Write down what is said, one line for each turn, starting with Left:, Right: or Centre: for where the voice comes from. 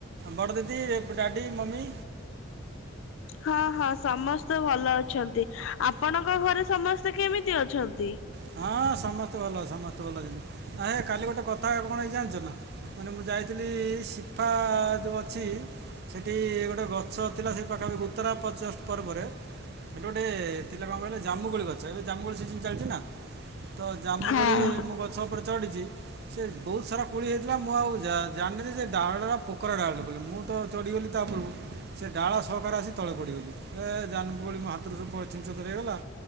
Right: ବଡ ଦିଦି, ଡାଡି, ମମି।
Left: ହଁ ହଁ ସମସ୍ତେ ଭଲ ଅଛନ୍ତି ଆପଣଙ୍କ ଘରେ ସମସ୍ତେ କେମିତି ଅଛନ୍ତି?
Right: ହଁ ସମସ୍ତେ ଭଲ ସମସ୍ତେ ଭଲ ଅଛନ୍ତି। <unintelligible> ହେ କାଲି ଗୋଟେ କଥା କଣ ହେଇଚି ଜାଣିଚ ନା? ମାନେ ମୁଁ ଯାଇଥିଲି ସିଫା ଯୋଉ ଅଛି? ସେଠି ଗୋଟେ ଗଛ ଥିଲା ସେଇ ପାଖାପଖି ଉତ୍ତରା ପଚ ପର୍ବରେ ଏଠି ଗୋଟେ ଥିଲା କଣ କଇଲ ଜାମୁକୋଳି ଗଛ ଏବେ ଜାମୁକୋଳି ସିଜିନ ଚାଲିଚି ନା। ତ ଜାମୁକୋଳି
Left: ହଁ
Right: ମୁଁ ଗଛ ଉପରେ ଚଡିଚି। ସେ ବହୁତ ସାରା କୋଳି ହେଇଥିଲା ମୁଁ ଆଉ ଯା-ଯାନଥିଲି ଯେ ଡାଳ ରା ପୋକରା ଡାଳଟେ ବୋଲି ମୁଁ ତ ଚଢିଗଲି ତା ପୂର୍ବ ରୁ। ସେ ଡାଳ ସହକାରେ ଆସି ତଳେ ପଡ଼ିଗଲି। ଏ ଜାମୁକୋଳି ମୋ ହାତରୁ ସବୁ ଛିନ୍ ଛତର ହେଇଗଲା।